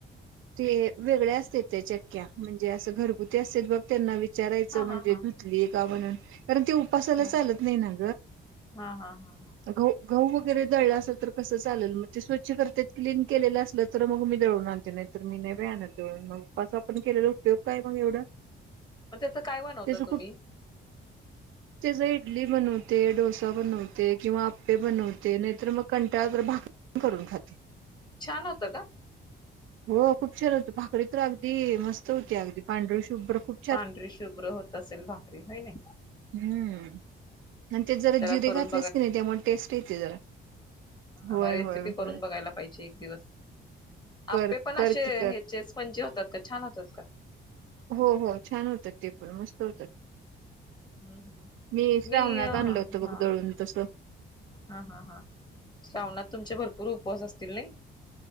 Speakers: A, on the right; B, on the left.
A: ते वेगळ्या असत्यात त्या चक्क्या. म्हणजे अस घरगुती असते बघ त्यांना विचारायच
B: हा
A: म्हणजे
B: हा हा
A: का म्हणून, कारण ते उपासाला
B: हा
A: चालत
B: हा
A: नाही ना
B: हा हा हा
A: ग. गहू वगैरे दळल असेल तर कस चालेल. मग ते स्वच्छ करत्यात. क्लीन केलेल असल तर मग मी दळून आणते. नाही तर मी नइ बई आणत दळून मऊ. उपवास आपण केलेला उपयोग काय मग एवढ.
B: मग त्याचं काय बनवता
A: त्याच
B: तुम्ही
A: खूप
B: <inaudible>
A: त्याज इडली बनवते. डोसा बनवते‌. किंवा आप्पे बनवते. नाहीतर मग कंटाळात तर भाक करून खाते.
B: छान होत का?
A: हो खूप छान होत. भाकरी तर अगदी मस्त होती अगदी पांढरी शुभ्र. कुर
B: पांढरी शुभ्र होत असेल भाकरी होय नी.
A: हम्म. आणि त्यात जरा
B: त्याला
A: जिरे
B: करून
A: घातलेस की नाही त्यामुळे टेस्ट येते जरा. होय
B: आम्हा रेसिपी
A: होय होय.
B: करून बघायला पाहिजे एक दिवस.
A: कर
B: आप्पे पण
A: कर
B: असे
A: की कर
B: ह्याचे स्पंजी होतात का? छान होतात का?
A: हो हो छान होतात ते पण मस्त होतात.
B: हम्म हम्म
A: मी श्रावणात
B: हा हा
A: आणल होत बघ दळून तस.
B: हा हा हा श्रावणात तुमचे भरपूर उपवास असतील नाही.